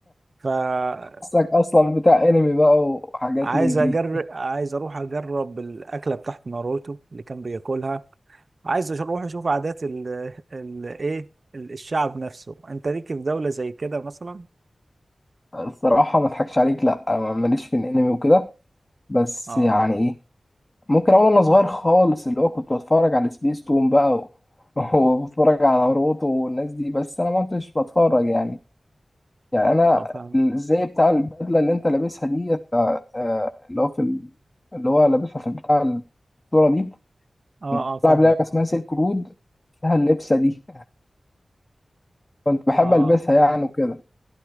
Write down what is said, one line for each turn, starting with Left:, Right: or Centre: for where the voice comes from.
Right: ف آه،
Left: حاسك اصلا بتاع انمي بقى وحاجات
Right: عايز
Left: من
Right: اجرب
Left: دي
Right: عايز اروح اجرب الاكله بتاعت ناروتو اللي كان بياكلها عايز أش- اروح اشوف عادات ال ال ايه ال- الشعب نفسه انت ليك في دولة زي كده مثلا
Left: الصراحه ما اضحكش عليك لا أنا ماليش في الانمي وكده بس
Right: اه
Left: يعني إيه، ممكن اقول انا صغير خالص اللي هو كنت بتفرج على سبيس تون بقى و- <laughs> وبتفرج على روتو والناس دي بس انا ما كنتش بتفرج يعني يعني انا
Right: اه فاهم
Left: الزي بتاع البدله اللي انت لابسها دي آه، آه، اللي هو في ال- اللي هو لابسها في بتاع الصوره دي
Right: اه
Left: كنت
Right: اه فاهمك
Left: بلعب لعبه اسمها سيلك رود فيها اللبسه دي <laughs> كنت بحب
Right: اه
Left: البسها يعني وكده